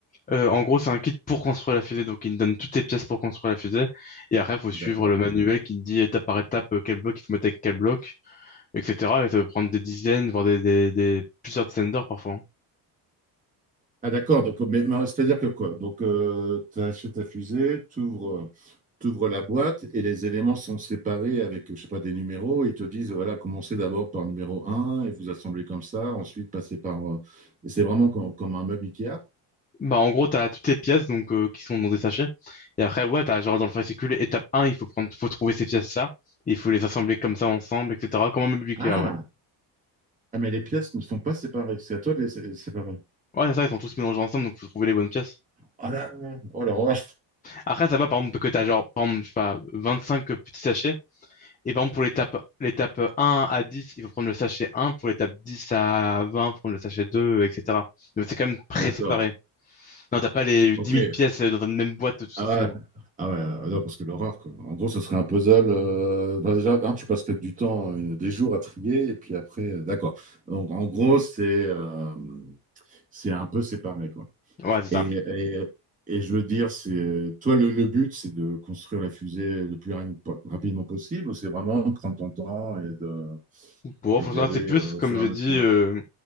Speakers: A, on the left; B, on the right.
A: Euh, en gros, c'est un kit pour construire la fusée, donc il te donne toutes tes pièces pour construire la fusée. Et après, il faut suivre
B: d'accord?
A: le manuel qui te dit étape par étape euh, quel bloc il faut mettre avec quel bloc, etc. Et ça peut prendre des dizaines, voire des, des, des- plusieurs dizaines d'heures parfois. hein.
B: Ah d'accord, donc mais, mais c'est-à-dire que quoi? Donc euh, tu achètes ta fusée, tu ouvres, la boîte et les éléments sont séparés avec, je sais pas, des numéros. Et ils te disent, voilà, commencez d'abord par numéro un et vous assemblez comme ça, ensuite passez par... euh, et c'est vraiment comme, comme un meuble IKEA.
A: Bah, en gros, t'as toutes tes pièces donc, euh, qui sont dans des sachets. Et après, ouais, t'as genre dans le fascicule, étape un, il faut prendre, faut trouver ces pièces-là. Il faut les assembler comme ça ensemble, etc. Comme un meuble Ikea,
B: Ah,
A: ouais.
B: ah, mais les pièces ne sont pas séparées, c'est à toi de les sé- séparer.
A: Ouais, c'est ça, ils sont tous mélangés ensemble, donc faut trouver les bonnes pièces.
B: Ah là, oh là là.
A: Après, ça va, par exemple, que t'as genre, par exemple, je sais pas, 25 petits sachets. Et par exemple, pour l'étape, l'étape 1 à 10, il faut prendre le sachet 1. Pour l'étape 10 à 20, il faut prendre le sachet 2, etc. Donc, c'est quand même pré-séparé.
B: D'accord,
A: Non, t'as pas les
B: ok.
A: 10 000 pièces dans une même boîte tous
B: Ah
A: ensemble.
B: ouais, ah ouais, ah non, parce que l'horreur, quoi. En gros, ce serait un puzzle. euh, bah, déjà, hein, tu passerais du temps, euh, des jours à trier, et puis après, euh, d'accord. Donc, en gros, c'est euh, c'est un peu séparé, quoi.
A: Ouais, c'est ça.
B: Et, et, et je veux dire, c'est toi, le, le but, c'est de construire la fusée le plus ra- rapidement possible, ou c'est vraiment de prendre ton temps et de,
A: Bon,
B: et
A: franchement,
B: d'y aller
A: c'est plus,
B: euh,
A: comme
B: au fur
A: je
B: et à
A: dis,
B: mesure?
A: euh,